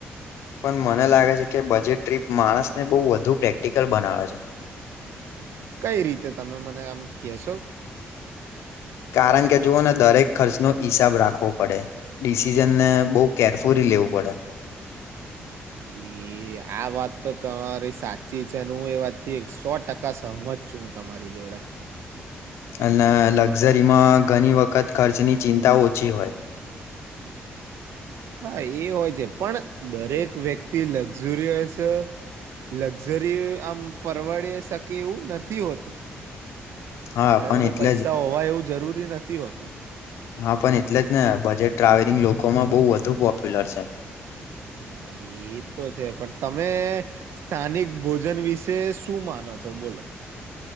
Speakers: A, on the left; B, on the right.
A: પણ મને લાગે છે કે બજેટ ટ્રીપ માણસને બહુ વધુ પ્રેક્ટિકલ બનાવે છે.
B: કઈ રીતે તમે મને આમ કેશો
A: કારણ કે જુવઓ ને દરેક ખર્ચનો હિસાબ રાખવો પડે ડિસિઝનને બહુ કેરફુલી લેવું પડે
B: એ આ વાત તો તમારી સાચી છે હું એ વાતથી સો ટકા સહમત છું હું તમારી જોડે
A: અને લક્ઝરીમાં ઘણી વખત ખર્ચની ચિંતા ઓછી હોય.
B: હા એ હોય છે પણ દરેક વ્યક્તિ લક્ઝરિયસ લક્ઝરી આમ પરવડ શકે એવું નથી હોતું.
A: હા
B: બધા
A: પણ
B: જોડે
A: એટલે
B: પૈસા
A: જ
B: હોવા એવું જરૂરી નથી હોતું.
A: હા પણ એટલે જ ને બજેટ ટ્રાવેલિંગ લોકોમાં બોવ વધુ પોપ્યુલર છે.
B: હા એ તો છે પણ તમે સ્થાનિક ભોજન વિશે શું માનો છો બોલો